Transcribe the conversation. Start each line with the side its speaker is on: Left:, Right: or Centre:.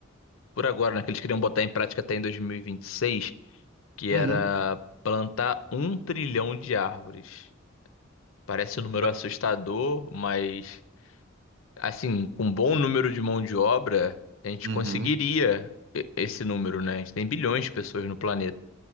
Left: Por agora, né? Que eles queriam botar em prática até em 2026, que
Right: Uhum.
Left: era plantar um trilhão de árvores. Parece um número
Right: Da-
Left: assustador, mas assim, com um bom número de mão de obra, a gente
Right: Uhum.
Left: conseguiria e- esse número, né? A gente tem bilhões de pessoas no planeta.